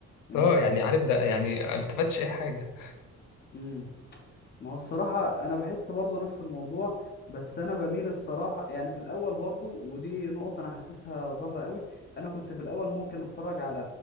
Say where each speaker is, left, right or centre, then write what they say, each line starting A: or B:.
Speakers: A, on the left (about 35°); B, on the left (about 85°).
A: من
B: اه
A: الاخر
B: يعني عارف ده يعني ما استفدتش اي حاجه
A: امم ما هو الصراحة أنا بحس برضو نفس الموضوع بس أنا بميل الصراحة يعني في الأول برضو ودي نقطة أنا حاسسها ظاهرة قوي أنا كنت في الأول ممكن أتفرج على